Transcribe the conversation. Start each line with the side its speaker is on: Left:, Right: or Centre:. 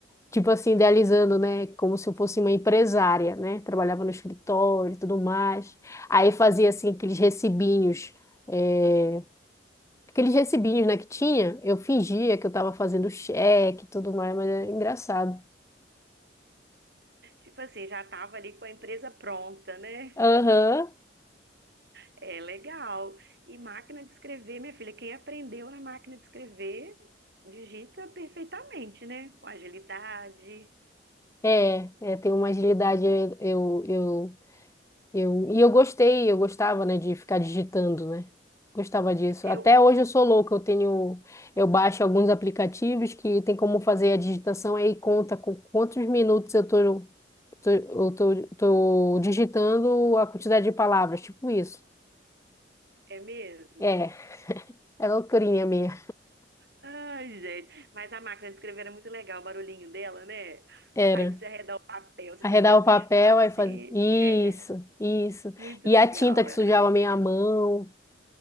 Left: tipo assim, idealizando, né? Como se eu fosse uma empresária, né? Trabalhava no escritório e tudo mais. Aí fazia assim aqueles recibinhos, é, aqueles recibinhos, né, que tinha, eu fingia que eu estava fazendo cheque e tudo mais, mas é engraçado.
Right: Tipo assim, já estava ali com a empresa pronta, né?
Left: Aham.
Right: É legal. E máquina de escrever, minha filha, quem aprendeu na máquina de escrever digita perfeitamente, né? Com agilidade.
Left: É, é, tenho uma agilidade, eu, eu, eu Eu, e eu gostei, eu gostava, né, de ficar digitando, né? Gostava disso.
Right: É,
Left: Até hoje eu sou louca, eu tenho, eu baixo alguns aplicativos que tem como fazer a digitação aí conta com quantos minutos eu tô, tô- eu tô, tô digitando a quantidade de palavras, tipo isso.
Right: É mesmo?
Left: É, é loucurinha minha.
Right: Ai, gente. Mas a máquina de escrever era muito legal, o barulhinho dela, né?
Left: Era.
Right: Aí pra você arredar o papel, você
Left: Arredava
Right: tinha que apertar
Left: o papel,
Right: assim.
Left: aí fazia
Right: É,
Left: isso, isso.
Right: muito
Left: E
Right: legal,
Left: a tinta que
Right: era
Left: sujava
Right: muito
Left: a minha
Right: legal.
Left: mão.